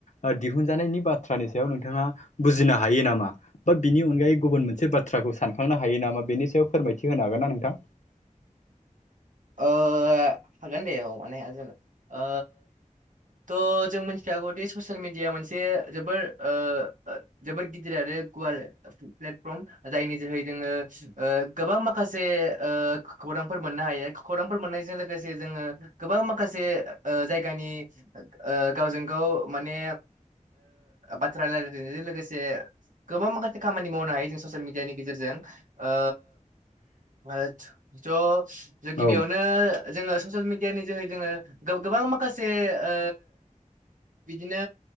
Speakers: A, on the left; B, on the right.
A: ओ दिहुनजानायनि बाथ्रानि सायाव नोंथा ङा बुजिनो हायो नामा बा बिनि अनगायै गुबुन मोनसे बाथ्राखौ सानखांनो हायो नामा बेनि सायाव। फोरमायथि होनो हागोन ना नोंथां।
B: ओ हागोन दे औ मानो हाया जानो ओ थ जों मिथिखागौ दि ससियेल मिडिया मोनसे जोबोर ओ ओ जोबोर गिदिर आरो गुवार प्लेटफर्म जायनि जोहै जोङो ओ गोबां माखासे ओ खौरांफोर मोननो हायो। खौरांफोर मोननायजों लोगोसे जोङो गोबां माखासे ओ जायगानि ओ गावजों गाव। माने बाथ्रा ओ रायलायनायजों लोगोसे। गोबां माखासे खामानि मावनो हायो जों ससियेल मिडियानि गेजेरजों ओ ओथ थ' जों गिबियावनो।
A: औ
B: जोङो ससियेल मिडियानि जोहै जोङो गो गोबां माखासे ओ बिदिनो